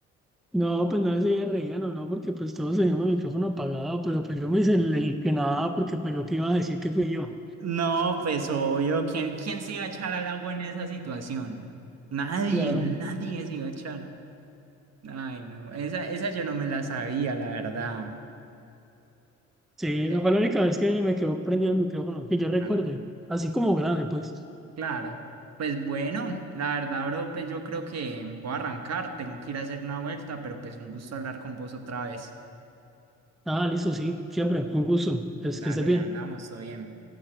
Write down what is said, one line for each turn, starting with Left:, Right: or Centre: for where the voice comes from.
Centre: No, pues no se reían o no, porque pues todos teníamos el micrófono apagado, pero pues yo me hice el, el que nada porque pues yo qué iba a decir que fui yo.
Right: No, pues obvio, ¿quién, quién se iba a echar al agua en esa situación? Nadie,
Centre: Claro.
Right: nadie se iba a echar. Ay, no, esa, esa yo no me la sabía, la verdad.
Centre: Sí,
Right: Pero,
Centre: no fue la única vez que me quedó prendido el micrófono, que yo recuerde,
Right: bueno,
Centre: así como grave, pues.
Right: claro. Pues bueno, la verdad, bro, pues yo creo que voy a arrancar, tengo que ir a hacer una vuelta, pero pues un gusto hablar con vos otra vez.
Centre: Ah, listo, sí, siempre, un gusto, es
Right: Dale,
Centre: que estés bien.
Right: hablamos, todo bien.